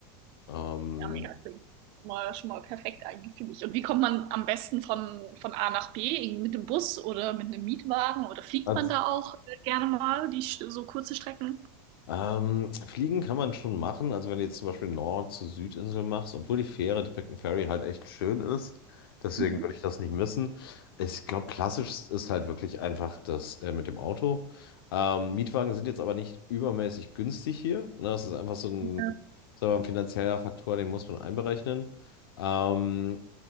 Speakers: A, on the left (about 85°); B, on the right (about 50°).
A: Ähm,
B: Ja, mega cool. Schon Mal, schon mal perfekt eigentlich für mich. Und wie kommt man am besten von, von A nach B? Irgendwie Mit dem Bus oder mit einem Mietwagen? Oder fliegt
A: als,
B: man da auch äh, gerne mal die sch- so kurze Strecken?
A: ähm, Fliegen kann man schon machen. Also wenn du jetzt zum Beispiel Nord- zu Südinsel machst, obwohl die Fähre, die Picton Ferry halt echt schön ist. Deswegen
B: Mhm.
A: würde ich das nicht missen. Ich glaube, klassisch ist halt wirklich einfach das äh, mit dem Auto. Ähm, Mietwagen sind jetzt aber nicht übermäßig günstig hier. Ne? Das ist einfach so ein,
B: Ja,
A: sagen wir mal, ein finanzieller Faktor, den muss man einberechnen. Ähm,